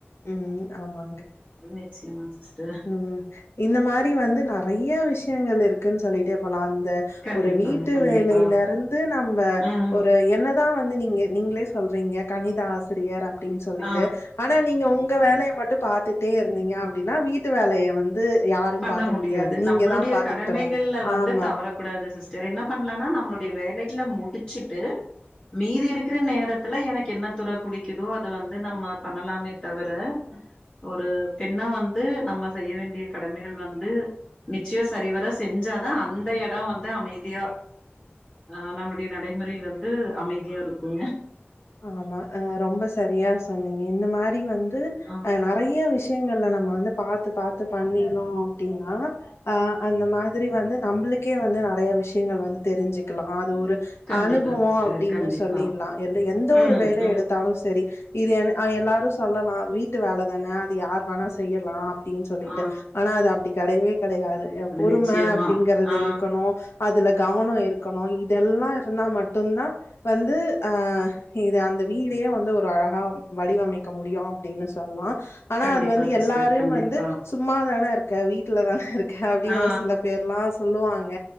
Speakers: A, on the left; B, on the left.
A: உம் ஆமாங்க
B: நிச்சயமா சிஸ்டர்
A: உம் இந்தமாரி வந்து நறைய விஷயங்கள் இருக்கு க்குனு சொல்லிட்டே போலாம்
B: கண்டிப்பாங்க
A: ஒரு வீட்டு
B: கண்டிப்பா
A: வேலையில இருந்து நம்ம
B: ம்
A: ஒரு என்ன தான் வந்து நீங்க நீங்களே சொல்றீங்க கணித ஆசிரியர் அப்டின்னு சொல்லிட்டு
B: ஆ
A: ஆனா நீங் உங்க வேலையை மட்டும் பாத்துட்டே இருந்தீங்க அப்டின்னா வீட்டு வேலையை வந்து யாரும்
B: பண்ண
A: பாக்க
B: முடியாது
A: நீங்க
B: நம்மளுடைய
A: தா பாத்துக்கிட்டணு
B: கடமைகள்ல வந்து
A: ஆமா
B: தவறக்கூடாது சிஸ்டர் என்ன பண்லானா நம்மளுடைய வேலை ல முடிச்சுட்டு மீதி இருக்கிற நேரத்துல எனக்கு என்ன துறை புடிக்குதோ அது வந்து நம்ம பண்ணலாமே தவிர ஒரு பெண்ணா வந்து நம்ம செய்ய வேண்டிய கடமைகள் வந்து நிச்சயம் சரிவர செஞ்சாதான் அந்த இடம் வந்து அமைதியா ஹ நம்மளுடைய நடைமுறை வந்து அமைதியா இருக்கும்
A: ஆமா அஹ ரொம்ப சரியா சொன்னீங்க இந்த மாரி வந்து
B: ஆ
A: து நறைய விஷயங் <unintelligible> நம்ம வந்து பாத்து - பாத்து பண்ணினோம் அப்டின்னா அஹ அந்த மாதிரி வந்து நம்மளுக்கே வந்து நறையா விஷயங்கள் வந்து தெரிஞ்சுக்கலாம் அது ஒரு
B: கண்டிப்பா
A: அனுபவம்
B: சிஸ்டர்
A: அப்டின்னு
B: கண்டிப்பா
A: சொல்லிர்லாம் எல்லைய எந்த
B: ம்
A: ஒரு வேலை
B: ம்
A: எடுத்தாலும் சரி இது என் அஹ் எல்லாரும் சொல்லலாம் வீட்டு வேலதான அது யார் வேணா செய்யலாம் அப்டின்னு சொல்லிட்டு
B: ஆ
A: ஆனா அது அப்டி கெடையவே கெடையாது பொறும
B: நிச்சயமா
A: அப்படிங்கறிறது
B: ஆ
A: இருக்கணும் அதுல கவனம் இருக்கணும் இதெல்லாம் இருந்தா மட் தொன்னா வந்து ஆஹ இது அந்த வீடே வந்து ஒரு அழகா வடிவமைக்க முடியும் அப்டின்னு சொல்லாம் ஆனா
B: கண்டிப்பா
A: அது வந்து
B: சிஸ்டர்
A: எல்லாரையும்
B: கண்டிப்பா
A: வந்து சும்மாதான இருக்க வீட்டுல தான இருக் அப்டின்னு
B: ஆ
A: ஒரு சில பேர்லாம் சொல்லுவாங்க